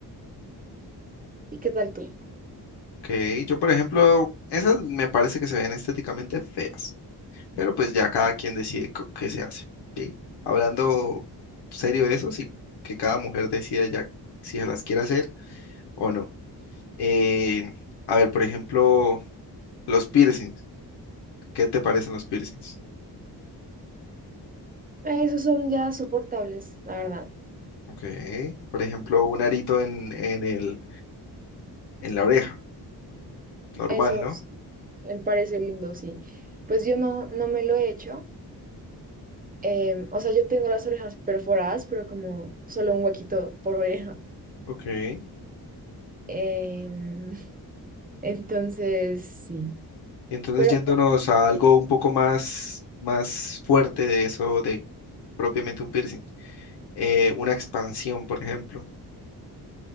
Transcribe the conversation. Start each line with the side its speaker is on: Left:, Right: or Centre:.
Right: ¿Y qué tal tú?
Left: Ok, yo por ejemplo, esas me parece que se ven estéticamente feas, pero pues ya cada quien decide co- qué se hace, ¿sí? Hablando serio de eso, sí, que cada mujer decida ya si se las quiere hacer o no. Eh, a ver, por ejemplo, los piercings, ¿qué te parecen los piercings?
Right: Eh, Esos son ya soportables, la verdad.
Left: Ok, por ejemplo, un arito en, en el, en la oreja. Normal,
Right: Esos
Left: no
Right: me parece lindo, sí. Pues yo no, no me lo he hecho. Em, o sea, yo tengo las orejas perforadas, pero como solo un huequito por oreja.
Left: Ok. Y
Right: Em, <laughs> entonces, sí.
Left: entonces
Right: Pero
Left: yéndonos a algo un poco más, más fuerte de eso, de propiamente un piercing. eh, una expansión, por ejemplo.